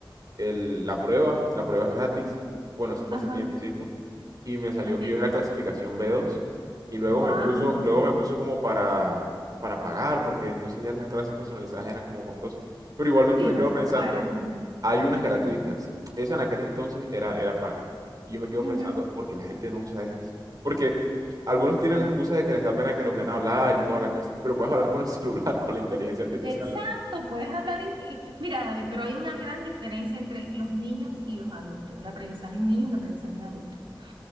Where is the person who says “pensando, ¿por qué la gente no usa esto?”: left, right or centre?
Right